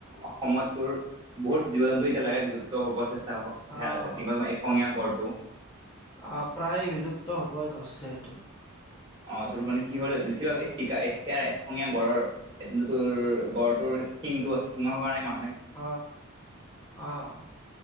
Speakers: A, on the right (about 25°); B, on the left (about 20°).
A: অসমত টোৰ বহুত জীৱ জন্তু এতিয়া লাগে বিলুপ্ত হব চেষ্টা হেয়াত
B: আহ
A: আছে যিংগল মই এশিঙীয়া গড়টো
B: অ প্ৰায় বিলুপ্ত হব ধৰিছে এইটো
A: অ তোৰ মানে কি হ'ল বেছিভাগ এই চিকা সেয়াৰে এখঙীয়া গড়ৰ এ যোনটো তোৰ গড়টোৰ শিংটো আছে শিঙৰ কাৰণে মা
B: হ অহ